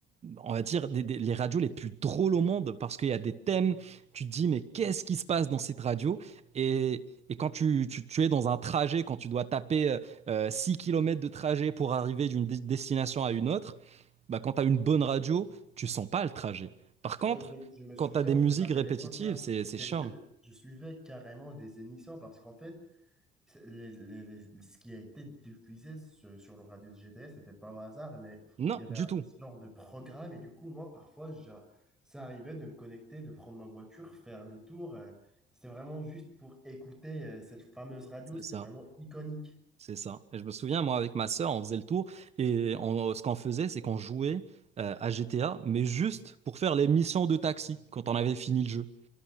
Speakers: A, on the right; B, in the centre.
A: on va dire, des, des- les radios les plus drôles au monde parce qu'il y a des thèmes, tu te dis, mais qu'est-ce qui se passe dans cette radio? Et, et quand tu, tu- tu es dans un trajet, quand tu dois taper euh, 6 km de trajet pour arriver d'une dé- destination à une autre, bah, quand tu as une bonne radio, tu sens pas le trajet. Par contre,
B: Moi, je, je me souviens
A: quand tu as des musiques
B: de la belle
A: répétitives,
B: époque, hein.
A: c'est
B: J'étais-
A: c'est chiant.
B: Je, je suivais carrément des émissions parce qu'en fait, c'est- les- les- les- ce qui a été diffusé sur, sur le radio de GTS, c'était pas au hasard, mais
A: Non,
B: il y avait
A: du
B: un
A: tout.
B: genre de programme et du coup, moi, parfois, j'a- ça arrivait de me connecter, de prendre ma voiture, faire le tour. euh, c'était vraiment juste pour écouter euh, cette fameuse radio,
A: C'est
B: c'est
A: ça.
B: vraiment iconique.
A: C'est ça. Et je me souviens, moi, avec ma sœur, on faisait le tour et on- ce qu'on faisait, c'est qu'on jouait euh, à GTA, mais juste pour faire les missions de taxi quand on avait fini le jeu